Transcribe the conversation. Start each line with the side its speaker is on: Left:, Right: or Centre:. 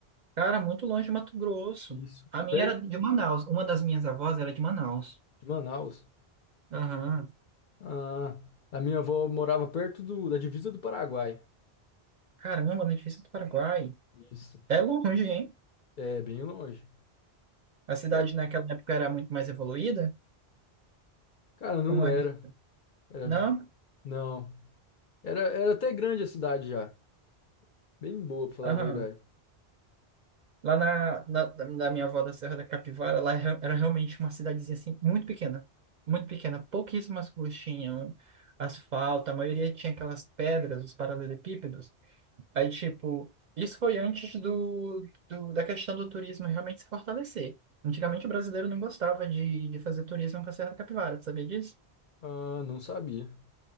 Right: cara, muito longe de Mato Grosso.
Left: isso,
Right: A minha
Left: perto
Right: era de Manaus. Uma das minhas avós era de Manaus.
Left: de Manaus.
Right: Aham.
Left: Ah, a minha avó morava perto do, da divisa do Paraguai.
Right: Caramba, na divisa do Paraguai.
Left: Isso,
Right: É longe, hein?
Left: é bem longe.
Right: A cidade
Left: Ca-
Right: naquela época era muito mais evoluída.
Left: Cara, não
Right: Como
Left: era.
Right: era?
Left: Era,
Right: Não?
Left: não. Era, era até grande a cidade já. Bem boa, pra falar
Right: Aham.
Left: a verdade.
Right: Lá na, na, da da minha avó da Serra da Capivara, lá era era realmente uma cidadezinha assim, muito pequena. Muito pequena. Pouquíssimas ruas tinham asfalto. A maioria tinha aquelas pedras, os paralelepípedos. Aí, tipo, isso foi antes do, do- da questão do turismo realmente se fortalecer. Antigamente o brasileiro não gostava de, de fazer turismo com a Serra da Capivara, tu sabia disso?
Left: Ah, não sabia.